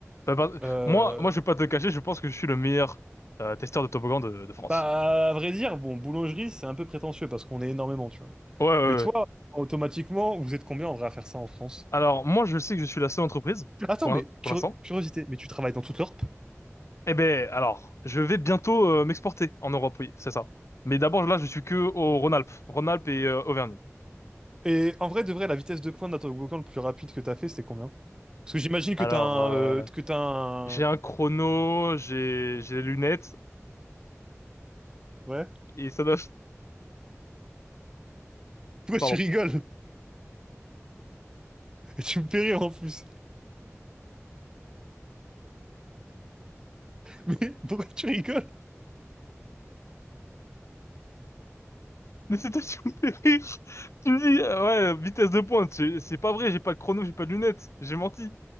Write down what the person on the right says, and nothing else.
Lille.
Bah, à vrai dire, bon, boulangerie, c'est un peu prétentieux parce qu'on est énormément, tu vois.
Mais toi,
automatiquement, vous êtes combien en vrai à faire ça en France?
Attends,
mais
curi-
curiosité, mais tu travailles dans toute l'Europe?
Et en vrai, de vrai, la vitesse de pointe d'un toboggan le plus rapide que t'as fait, c'était combien? Parce que j'imagine que
t'as un...
euh, que t'as un...
Ouais?
Pourquoi
tu rigoles? <laughs> tu me fais rire en plus. <laughs> Mais pourquoi tu rigoles? <laughs>